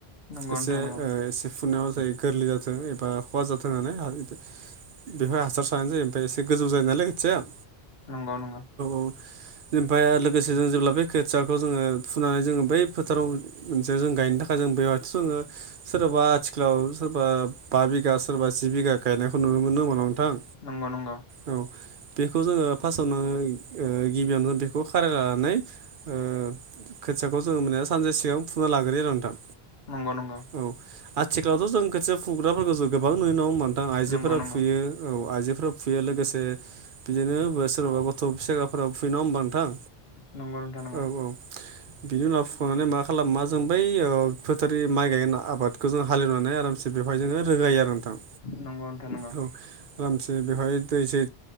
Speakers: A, on the left; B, on the right.
A: नंगौ
B: एसे
A: नोंथां नंगौ
B: ओ एसे फुनायाव जायो गोरलै जाथों एबा खहा जाथों होननानै बेवहाय हासार सारनाय जायो। ओमफ्राय एसे गोजौ जायो नालाय खोथिया औ
A: नंगौ नंगौ
B: औ। ओनिफ्राय लोगोसे जों जेब्ला बे खोथियाखौ जोङो फुनानै जोङो बै फोथाराव मोनसे जों गायनो थाखाय जों बेबाथ जोङो सोरबा आथिखालाव सोरबा बा बिगा सोरबा जि बिघा गायनायखौ नुनो मोनो होमबाना नोंथां।
A: नंगौ नंगौ।
B: औ बेखौ जोङो फार्स्टआव ओ गिबियावनो जों बेखौ खाराय लानानै ओ खोथियाखौ जोङो माने सानसे सिगां फुना लाग्रोयो आरो नोंथां।
A: नंगौ नंगौ।
B: औ आथिखालावथ' जों खोथिया फुग्राफोरखौ जों गोबां नुयो नङा होम बा आइजोफोरा
A: नंगौ नंगौ
B: फुयो औ आइजोफोरा फुयो लोगोसे बिदिनो सोरबा गथ' फिसाफोराबो फुयो नङा होमबा नोंथां।
A: नंगौ नोंथां
B: औ औ। बिनि उनाव फुखांनानै मा खालामा जों बै ओ फोथार माइ गायनाय आबादखौ जों हालेवनानै आरामसे बेवहाय जोङो रोगायो आरो नोंथां।
A: नंगौ नोंथा नंगौ।
B: औ आरामसे बेवहाय दैसै